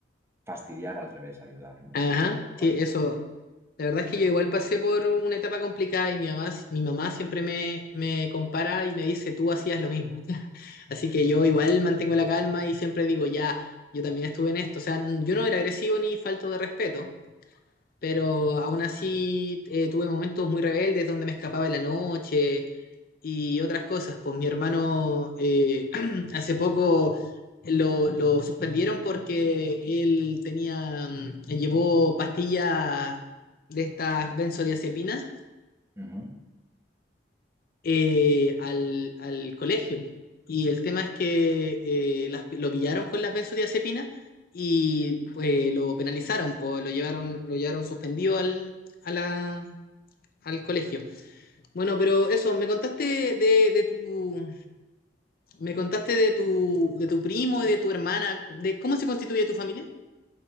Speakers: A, on the right (about 15°); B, on the left (about 55°).
A: fastidiar, al revés, ayudar, ¿no?
B: Ajá,
A: Vale.
B: sí, eso, La verdad es que yo igual pasé por una etapa complicada y mi mamá, mi mamá siempre me, me compara y me dice, tú hacías lo mismo. <laughs> Así que yo igual mantengo la calma y siempre digo, ya, yo también estuve en esto. O sea, n- yo no era agresivo ni falto de respeto, pero aún así eh, tuve momentos muy rebeldes donde me escapaba en la noche, y otras cosas. Pues mi hermano eh, <clears throat> hace poco lo, lo suspendieron porque él tenía, mm, llevó pastillas de estas benzodiazepinas
A: Ujú.
B: eh, al, al colegio. Y el tema es que eh, las- lo pillaron con las benzodiazepinas y pues lo penalizaron, pues lo llevaron, lo llevaron suspendido al, a la- al colegio. Bueno, pero eso, me contaste de, de tu, Me contaste de tu, de tu primo y de tu hermana, de cómo se constituye tu familia.